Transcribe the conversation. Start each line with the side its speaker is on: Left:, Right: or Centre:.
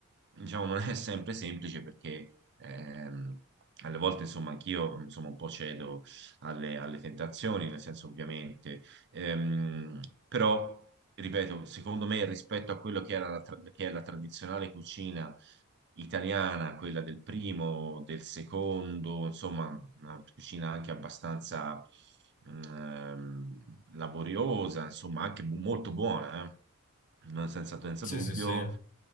Right: diciamo, non è sempre semplice perché ehm, alle volte, insomma, anch'io insomma, un po' cedo alle, alle tentazioni, nel senso ovviamente, ehm, però ripeto, secondo me rispetto a quello che era la tra- che è la tradizionale cucina italiana, quella del primo, del secondo, insomma, una cucina anche abbastanza ehm, laboriosa, insomma, anche bu- molto buona, eh, Non senza, senza
Left: Sì,
Right: dubbio.
Left: sì, sì.